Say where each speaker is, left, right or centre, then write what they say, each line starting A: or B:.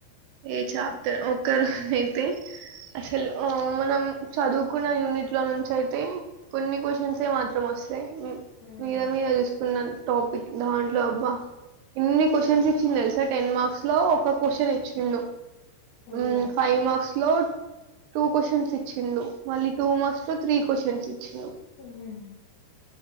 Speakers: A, on the right; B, on the left.
A: ఏ చాప్టర్ ఒకరు అయితే అసలు మనం చదువుకున్న యూనిట్ లో నుంచి అయితే కొన్ని క్యూషన్స్ మాత్రం వస్తా
B: మ్మ్
A: మీద మీద చూసుకున్నాను టాపిక్ దాంట్లో అవ్వ ఇన్ని క్యూషన్స్ ఇచ్చింది తెలుసా టెన్ మార్క్స్ లో ఒక క్వశ్చన్ ఇచ్చ ఇల్లు
B: అయ్యా
A: ఉమ్ ఫైవ్ మార్క్స్ లో టూ క్వశ్చన్స్ ఇచ్చి ఫుల్లు మళ్లీ టూ మస్ కో త్రీ <unintelligible>
B: ఉమ్మ్